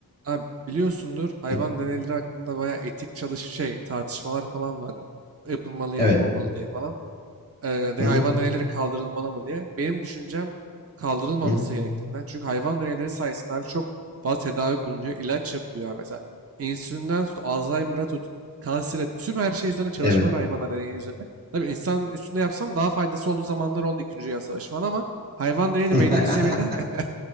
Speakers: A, on the right; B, on the right.
A: Abi biliyorsundur hayvan
B: Hı,
A: deneyleri hakkında bayağı etik çalış şey tartışmalar falan var. Yapılmalı yapılmamalı
B: Evet.
A: diye falan eee, de
B: Hı
A: hayvan
B: hı.
A: deneyleri kaldırılmalı mı diye. Benim düşüncem kaldırılmaması
B: Hı hı.
A: gerektiğinden. Çünkü hayvan deneyleri sayesinde abi çok fazla tedavi bulunuyor. ilaç yapılıyor abi. Mesela insülinden tut, Alzheimer'a tut, kansere tüm her şey üzerine çalışmalar
B: Evet.
A: hayvanlar deneyi üzerine. Tabii insan üstünde yapsam daha faydası olduğu zamanlar oldu 2. Dünya Savaşı falan ama hayvan deneyi
B: <laughs>
A: de belli bir seviyede <laughs>